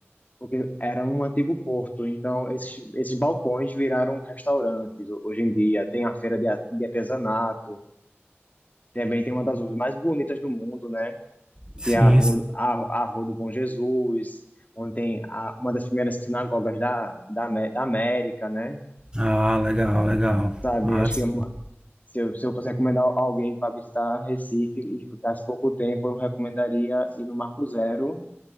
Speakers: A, on the left; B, on the right.
A: porque era um antigo porto. Então, esses, esses balcões viraram restaurantes ho- hoje em dia. Tem a feira de, a- de artesanato, também tem uma das ruas mais bonitas do mundo, né?
B: Sim.
A: Que é a Rua,
B: sim.
A: a, a Rua do Bom Jesus, onde tem a- uma das primeiras sinagogas da, da, Amé- da América, né?
B: Ah, legal, legal.
A: Sabe,
B: Ah,
A: acho
B: sim.
A: que é uma- se eu, se eu fosse recomendar alguém para visitar Recife e ficasse pouco tempo, eu recomendaria ir no Marco Zero